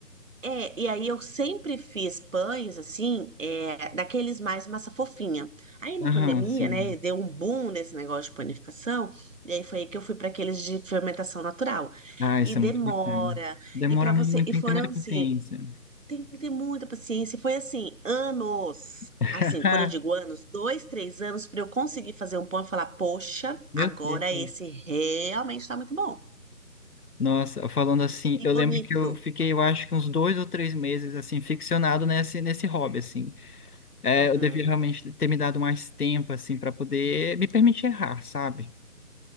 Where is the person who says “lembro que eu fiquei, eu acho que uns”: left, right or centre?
Left